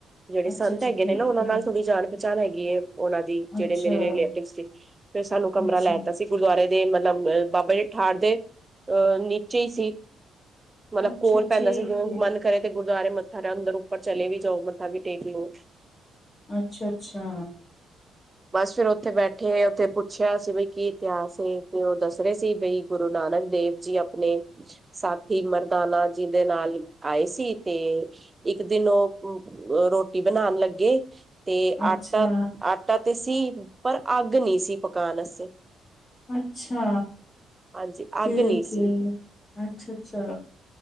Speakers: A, on the right; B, on the left.
A: ਜੇੜੇ ਸੰਤ
B: ਅੱਛਾ ਅੱਛਾ
A: ਹੈਗੇ
B: ਠੀਕ
A: ਨੇ ਨਾ ਓਨਾਂ ਨਾਲ
B: ਏ
A: ਥੋੜ੍ਹੀ ਜਾਣ ਪਹਿਚਾਣ ਹੈਗੀ ਏ ਓਨਾਂ ਦੀ ਜੇੜੇ
B: ਅੱਛਾ
A: ਮੇਰੇ ਰਲੇਟਿਵ ਸੀ। ਫੇਰ ਸਾਨੂੰ ਕਮਰਾ
B: ਅੱਛਾ
A: ਲੈਤਾ ਸੀ ਗੁਰਦੁਆਰੇ ਦੇ ਮਤਲਬ ਬਾਬਾ ਜੀ ਠਾਰ ਦੇ ਅ ਨੀਚੇ ਈ ਸੀ। ਮਤਲਬ
B: ਅੱਛਾ
A: ਕੋਲ ਪੈਂਦਾ
B: ਠੀਕ
A: ਸੀ
B: ਏ,
A: ਮਨ ਕਰੇ ਤੇ ਗੁਰਦੁਆਰੇ ਮੱਥਾ ਅੰਦਰ ਓਪਰ ਚਲੇ ਵੀ ਜਾਓ ਮੱਥਾ ਵੀ ਟੇਕ ਲੋ
B: ਅੱਛਾ ਅੱਛਾ
A: ਬਸ ਫੇਰ ਓਥੇ ਬੈਠੇ ਓਥੇ ਪੁ ਛਿਆ ਸੀ ਬੀ ਕੀ ਇਤਿਹਾਸ ਐ ਤੇ ਓ ਦੱਸ ਰੇ ਸੀ ਬਈ ਗੁਰੂ ਨਾਨਕ ਦੇਵ ਜੀ ਆਪਣੇ ਸਾਥੀ ਮਰਦਾਨਾ ਜੀ ਦੇ ਨਾਲ ਆਏ ਸੀ ਤੇ ਇੱਕ ਦਿਨ ਓ ਰੋਟੀ ਬਣਾਣ ਲੱਗੇ ਤੇ
B: ਅੱਛਾ,
A: ਆਟਾ ਆਟਾ ਤੇ ਸੀ ਪਰ ਅੱਗ ਨੀ ਸੀ ਪਕਾਣ ਵਸਤੇ
B: ਅੱਛਾ
A: ਹਾਂਜੀ
B: ਠੀਕ
A: ਅੱਗ ਨਹੀਂ ਸੀ
B: ਏ ਅੱਛਾ ਅੱਛਾ